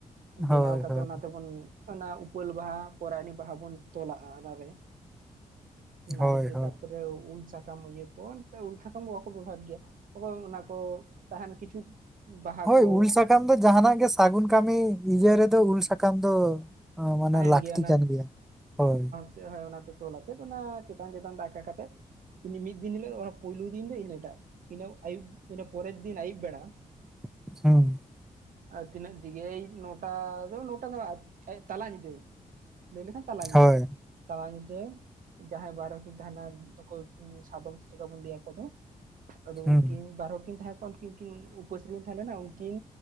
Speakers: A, in the centre; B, on the right.
A: ᱦᱳᱭ
B: ᱵᱮᱱᱟᱣ ᱠᱟᱛᱮ
A: ᱦᱳᱭ
B: ᱚᱱᱟ᱾ ᱵᱚᱱ ᱚᱱᱟ ᱩᱯᱟᱹᱞ ᱵᱟᱦᱟ ᱯᱚᱨᱟᱱᱤ ᱵᱟᱦᱟ ᱵᱚᱱ ᱛᱚᱞᱟᱜᱼᱟ ᱚᱱᱟᱨᱮ᱾ ᱱᱟᱲᱤᱛᱮ
A: ᱦᱳᱭ ᱦᱳᱭ
B: ᱛᱟᱨᱯᱚᱨᱮ ᱩᱞ ᱥᱟᱠᱟᱢ ᱤᱭᱟᱹ᱾ ᱩᱞ ᱥᱟᱠᱟᱢ ᱵᱟᱠᱚ ᱵᱮᱵᱚᱦᱟᱨ ᱜᱮᱭᱟ ᱚᱠᱚᱭ ᱚᱱᱟ ᱠᱚ ᱛᱟᱦᱮᱱ ᱠᱤᱪᱷᱩ᱾ ᱵᱟᱦᱟ
A: ᱦᱳᱭ
B: ᱠᱚ
A: ᱩᱞ ᱥᱟᱠᱟᱢ ᱫᱚ ᱡᱟᱦᱱᱟᱜ ᱜᱮ ᱥᱟᱹᱜᱩᱱ ᱠᱟᱹᱢᱤ ᱤᱭᱟᱹ ᱨᱮᱫᱚ ᱩᱞ ᱥᱟᱠᱟᱢ ᱫᱚ᱾ ᱢᱟᱱᱮ
B: ᱛᱟᱦᱮᱱ
A: ᱞᱟᱹᱠᱛᱤ
B: ᱚᱱᱟ
A: ᱠᱟᱱ ᱜᱮᱭᱟ ᱦᱳᱭ᱾
B: ᱚᱱᱟ ᱛᱚᱞᱟᱛᱮᱫ ᱚᱱᱟ ᱪᱮᱛᱟᱱ ᱪᱮᱛᱟᱱ ᱫᱟᱠᱟ ᱟᱠᱟ ᱠᱟᱛᱮᱫ ᱢᱤᱫ ᱫᱤᱱ ᱦᱤᱞᱳᱜ᱾ ᱯᱩᱭᱞᱩ ᱫᱤᱱ ᱫᱚ ᱤᱱᱟᱹᱴᱟᱜ ᱤᱱᱟᱹ ᱟᱭᱩᱵ ᱫᱚ ᱤᱱᱟᱹ ᱯᱚᱨᱮᱨ ᱫᱤᱱ ᱟᱭᱩᱵ ᱵᱮᱲᱟ᱾
A: <inaudible>
B: ᱟᱨ ᱛᱤᱱᱟᱹᱜ ᱫᱤᱜᱮ ᱱᱚᱴᱟ ᱫᱚ ᱱᱚᱴᱟ ᱫᱚ᱾ ᱛᱟᱞᱟ ᱧᱤᱫᱟᱹ ᱞᱟᱹᱭ ᱞᱮᱠᱷᱟᱱ ᱛᱟᱞᱟ ᱧᱤᱫᱟᱹ
A: ᱦᱳᱭ
B: ᱛᱟᱞᱟ ᱧᱤᱫᱟᱹ᱾ ᱡᱟᱦᱟᱸᱭ ᱵᱟᱨᱦᱚᱲ ᱠᱤᱱ ᱛᱟᱦᱮᱱᱟ ᱚᱠᱚᱭ ᱥᱟᱫᱚᱢ ᱥᱮ ᱪᱤᱠᱟ ᱵᱚᱱ ᱞᱟᱹᱭ ᱟᱠᱚ ᱫᱚ᱾ ᱟᱫᱚ
A: ᱦᱩᱸ
B: ᱩᱱᱠᱤᱱ ᱵᱟᱨ ᱦᱚᱲ ᱠᱤᱱ ᱛᱟᱦᱮᱸ ᱠᱚᱜ ᱩᱱᱠᱤᱱ ᱠᱤᱱ ᱩᱯᱟᱹᱥ ᱨᱮ ᱠᱤᱱ ᱛᱟᱦᱮᱸᱞᱮᱱᱟ ᱩᱱᱠᱤᱱ᱾